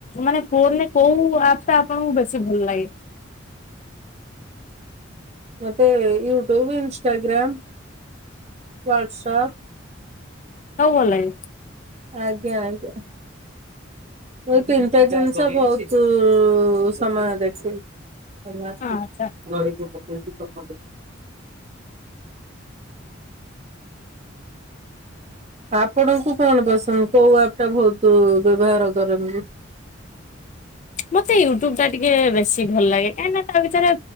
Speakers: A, on the left; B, on the right.
A: ମାନେ ଫୋନରେ କୋଉ ଆପ୍ ଟା ଆପଣଙ୍କୁ ବେଶୀ ଭଲ ଲାଗେ।
B: ମତେ ୟୁଟ୍ୟୁବ, ଇନସଟାଗ୍ରାମ, ୱାଟସପ୍।
A: କଉ ଭଲ ଲାଗେ।
B: ଆଜ୍ଞା ଆଜ୍ଞା ଯଉ ତିନିଟା ଜନିଶ୍ ତ ବହୁତ୍ ଉଁ ସମୟ ଦେଖେ। <unintelligible>
A: ଆଚ୍ଛା।
B: ଆପଣଙ୍କୁ କଣ ପସନ୍ଦ କୋଉ ଆପ୍ ଟା ବହୁତୁ ବ୍ୟବହାର କରନ୍ତି। <inaudible>
A: ମତେ ୟୁଟ୍ୟୁବ୍ ଟା ଟିକେ ବେଶୀ ଭଲ ଲାଗେ କାହିଁକି ତା ଭି ତରେ